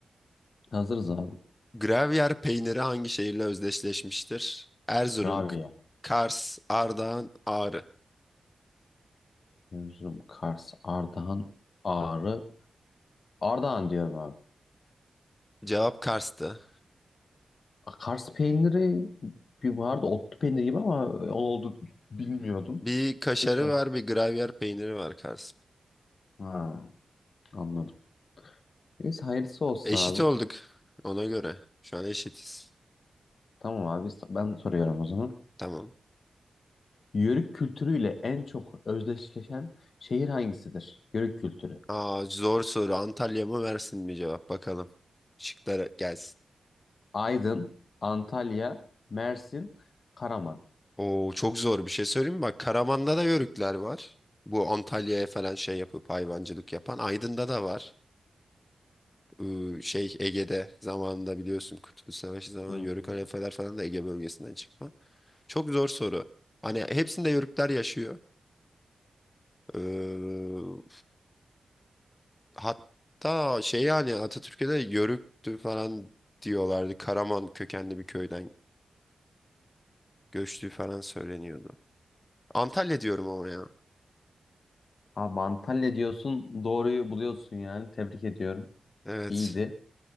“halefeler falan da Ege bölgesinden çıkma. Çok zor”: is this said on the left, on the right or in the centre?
Left